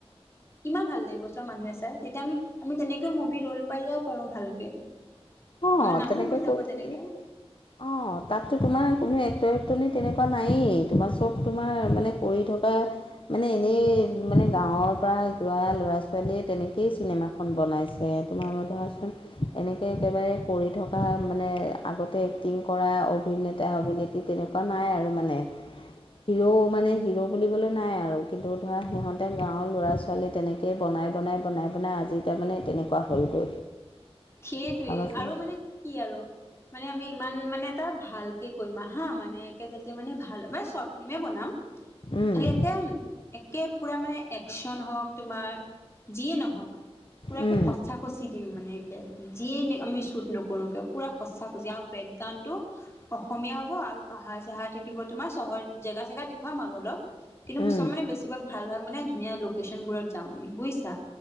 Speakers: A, on the left; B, on the left.
A: কিমান ভাল লাগিব চোৱা মানুহে চাই, তেতিয়া আমি, আমি তেনেকেও মুভি ৰোল পাই যাব পাৰো ভালকে।
B: অঁ
A: আমাৰ নামো
B: তেনেকে
A: হৈ যাব
B: কৰি থাকিলে
A: তেনেকে
B: <unintelligible> অঁ, তাততো তোমাৰ কোনো এক্টৰ এক্টৰনি তেনেকুৱা নায়েই, তোমাৰ চব তোমাৰ মানে কৰি থক এহ মানে এনেই মানে গাঁৱৰ পৰা যোৱা ল'ৰা ছোৱালীয়ে তেনেকেই চিনেমাখন খন বনাইছে তোমাৰ ম ধৱা চোন এনেকে একেবাৰে কৰি থকা মানে আগতে এক্টিং কৰা অভিনেতা অভিনেত্ৰী তেনেকুৱা নাই আৰু মানে হিৰো' মানে হিৰো' বুলিবলৈ নাই আৰু কিন্তু ধৰা সিহঁতে গাঁৱৰ ল'ৰা ছোৱালীয়ে তেনেকে হে বনাই বনাই, বনাই বনাই, আজি তামানে তেনেকুৱা হ'লগৈ।
A: সেটোৱেই
B: ভাবাচোন
A: আৰু মানে কি আৰু মানে আমি ইমান মানে এটা ভালকে কৰিমা হা মানে একে যাতে মানে ভাল, মানে চৰ্ট ফ্লিমে বনাম।
B: উম
A: খালি একেম একে পুৰা মানে একচন হওক তোমাৰ যিয়ে নহওঁক পুৰাকে
B: উম
A: সঁচা কচি দিম মানে একে যিয়ে মি আমি শ্বুট নকৰো পুৰা সঁচা সঁচি আৰু বেকগ্ৰাউণ্ডটো অসমীয়া হ'ব আৰু পাহাৰ - চাহাৰ থাকিব তোমাৰ, চহৰত জেগা চেগা দেখুৱাম আৰু অলপ, কিন্তু
B: উম
A: প চব মানে বেছ কিমান ভাল ভাল মানে ধুনীয়া লোকেশ্যনবোৰত যাম আমি, বুজিছা?